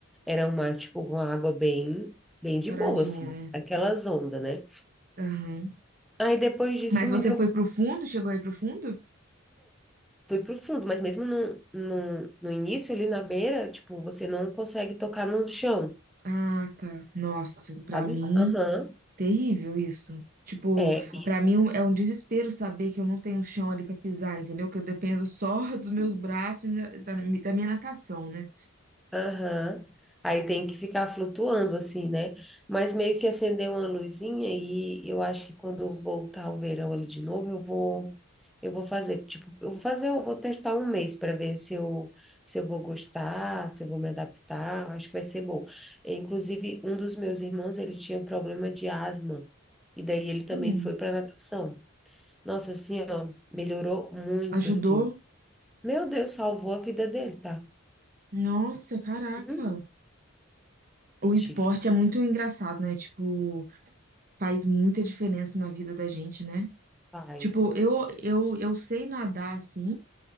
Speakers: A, in the centre; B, on the right.
A: era um mar, tipo, com a água bem, bem de
B: Paradinha,
A: boa, assim,
B: né?
A: aquelas ondas, né?
B: Aham.
A: Aí depois disso
B: Mas
A: me
B: você
A: deu.
B: foi pro fundo? Chegou aí pro fundo?
A: fui pro fundo, mas mesmo no, no, no início, ali na beira, tipo, você não consegue tocar no chão,
B: Ah, tá. Nossa, pra
A: sabe?
B: mim,
A: Aham.
B: terrível isso. Tipo,
A: É,
B: pra mim um, é um desespero saber que eu não tenho chão ali pra pisar, entendeu? Que eu dependo só <laughs> dos meus braços e da, da da minha natação, né?
A: Aham. Aí tem que ficar flutuando assim, né? Mas meio que acender uma luzinha e eu acho que quando voltar o verão ali de novo, eu vou eu vou fazer, tipo, eu vou fazer, eu vou testar um mês para ver se eu se eu vou gostar, se eu vou me adaptar, acho que vai ser bom. Inclusive, um dos meus irmãos, ele tinha um problema de asma e daí ele também
B: Hum.
A: foi para natação. Nossa, assim, ó, melhorou muito
B: Ajudou?
A: assim. Meu Deus, salvou a vida dele, tá?
B: Nossa, caraca.
A: Hum,
B: O esporte
A: te
B: é muito engraçado, né? Tipo, faz muita diferença na vida da gente, né?
A: faz.
B: Tipo, eu eu, eu sei nadar assim,